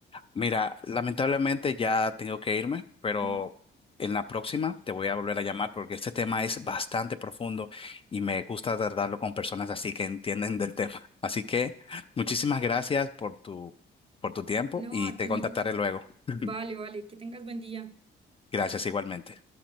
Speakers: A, on the left (about 30°); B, on the right (about 30°).
A: Mira, lamentablemente ya tengo que irme, pero
B: Ujú.
A: en la próxima te voy a volver a llamar porque este tema es bastante profundo y me gusta tratarlo con personas así que entienden del tema. <laughs> Así que muchísimas gracias por tu, por tu tiempo
B: No,
A: y
B: a
A: te
B: ti,
A: contactaré luego. <laughs>
B: vale, vale, que tengas buen día.
A: Gracias igualmente.